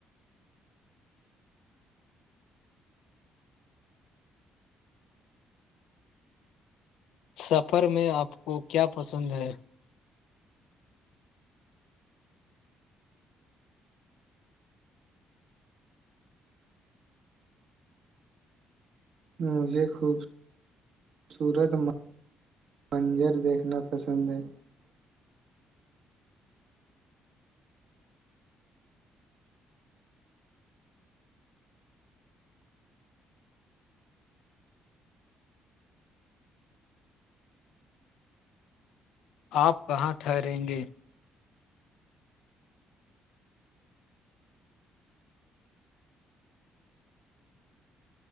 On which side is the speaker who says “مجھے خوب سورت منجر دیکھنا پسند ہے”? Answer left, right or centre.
Right